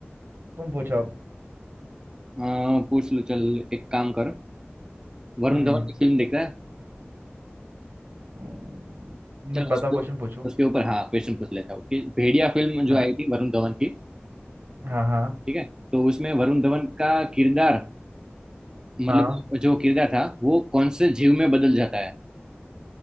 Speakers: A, on the right; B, on the right.
A: तुम पूछो अब
B: अ, पूछ लो चल एक काम करो वरुण
A: हम्म
B: धवन की फिल्म देख रहा है
A: हम्म, नहीं
B: चलो उसके
A: पता क्वेश्चन पूछो
B: उसके ऊपर हाँ क्वेश्चन पूछ लेता हूँ कि भेड़िया फिल्म जो
A: हाँ
B: आई थी वरुण धवन की
A: हाँ हाँ
B: ठीक है तो उसमें वरुण धवन का किरदार मतलब
A: हाँ
B: जो किरदार था वो कौन से जीव में बदल जाता है